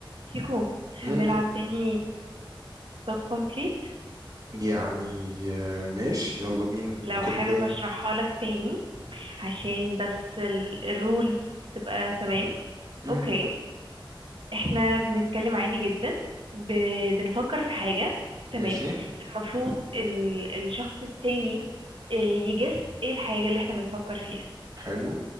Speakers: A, on the right (about 75°); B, on the right (about 40°).
A: شيكو
B: امم
A: هنلعب تاني ستوب كومبليت
B: يعني آه، ماشي يلا بينا
A: لو
B: انا كده
A: حابب
B: كده
A: اشرحها لك تاني عشان بس الرولز تبقى تمام
B: امم
A: اوكي احنا بنتكلم عادي جدا ب... بنفكر في حاجة تمام
B: ماشي
A: المفروض ال... الشخص التاني آه، يجس ايه الحاجة اللي احنا بنفكر فيها
B: حلو